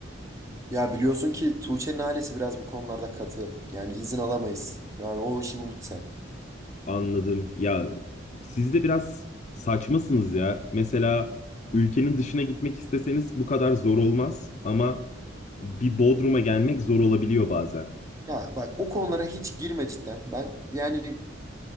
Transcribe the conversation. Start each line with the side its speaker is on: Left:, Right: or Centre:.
Right: Ya biliyorsun ki Tuğçe'nin ailesi biraz bu konularda katı. Yani izin alamayız. Yani o işi unut sen.
Left: Anladım. Ya siz de biraz saçmasınız ya. Mesela ülkenin dışına gitmek isteseniz bu kadar zor olmaz ama bir Bodrum'a gelmek zor olabiliyor bazen.
Right: Ya bak o konulara hiç girme cidden. Ben yani